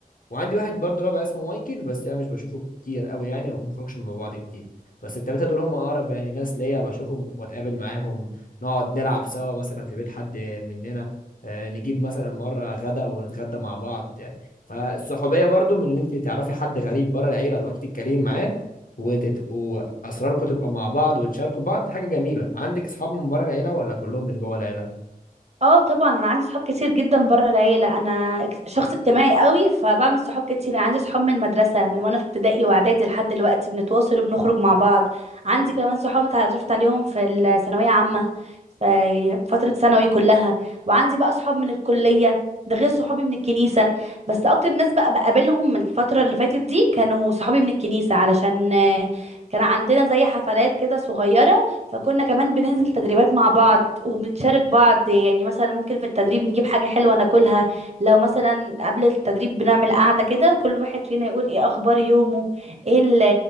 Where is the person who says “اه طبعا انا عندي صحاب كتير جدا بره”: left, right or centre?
Right